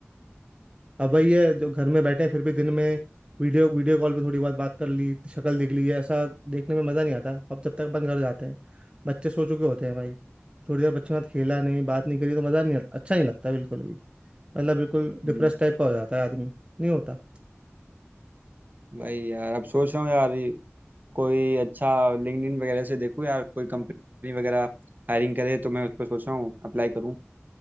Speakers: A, on the right; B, on the right.
A: अब वही है जो घर में बैठे हैं फिर भी दिन में वीडियो वीडियो कॉल पे थोड़ी बहुत बात कर ली शक्ल देख ली है, ऐसा देखने में मज़ा नहीं आता अब जब तक अपन घर जाते हैं बच्चे सो चुके होते हैं भाई थोड़ी देर बच्चों के साथ खेला नहीं बात नहीं करी तो मज़ा नहीं आता अच्छा नहीं लगता बिल्कुल भी मतलब बिल्कुल डिप्रेस
B: हम्म,
A: टाइप का हो जाता है आदमी नहीं होता
B: वही यार अब सोच रहा हूँ यार कोई अच्छा लिंक्डइन वगैरह से देखूँ या कोई कंपनी वगैरह हायरिंग करे तो मैं उस पर सोच रहा हूँ अप्लाई करूँ